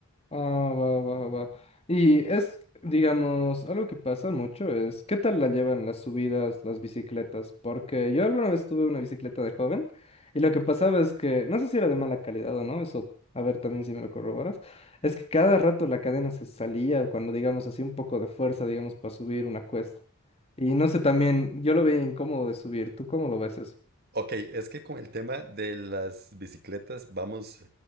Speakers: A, on the left; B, on the right.
A: Ah, va, va, va. Y es, digamos, algo que pasa mucho es, ¿qué tal la llevan las subidas, las bicicletas? Porque yo alguna vez tuve una bicicleta de joven y lo que pasaba es que, no sé si era de mala calidad o no, eso, a ver también si me lo corroboras, es que cada rato la cadena se salía cuando, digamos, hacía un poco de fuerza, digamos, para subir una cuesta. Y no sé, también, yo lo veía incómodo de subir, ¿tú cómo lo ves eso?
B: Ok, es que con el tema de las bicicletas vamos